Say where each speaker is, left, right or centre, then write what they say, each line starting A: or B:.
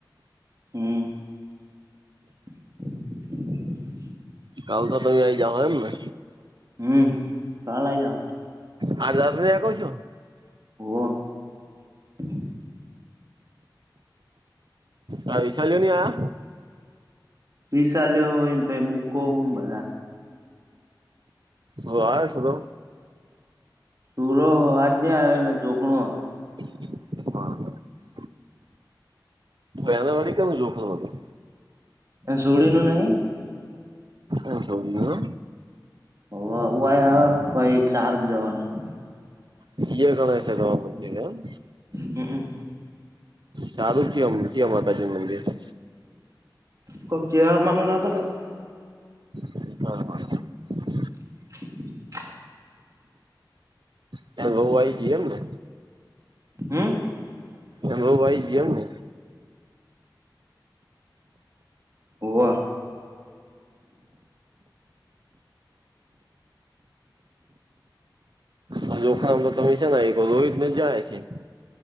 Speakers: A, on the right; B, on the right.
A: <inaudible>
B: કાલ તો તમે આઈ જઓ એમ ને.
A: હમ કાલ આવી જાાવ.
B: હા દયા ક છું.
A: <inaudible>
B: આ વિશાલ્યો ને આયા.
A: વિશાલ ને ઈન ભાઈ મૂકો ને બધા.
B: હા હા શોધો.
A: સુરો આજ નં આવે ને જોખણાં.
B: <inaudible> એના વરી કેમ ચોખૂ નતું.
A: એ છોકરીનું નહી.
B: એમ છોડીને
A: ઓવ હું વાયસ પાઈ ચાર જવાનું.
B: એ ગણે છે જવાબ એમ.
A: હમમ
B: સારું છે ચીયા માતાજીનું મંદિર છે.
A: કોક ચેહર માનુ નાતો કેતો.
B: સ ખરું.
A: <inaudible>
B: તાર વઉ આઈ જી એમ ને.
A: હમ.
B: એ વઉ આઇ જી એમને.
A: ઓવ.
B: આ લોખા ઉપરતો તમે સાન આઈ જ્યાં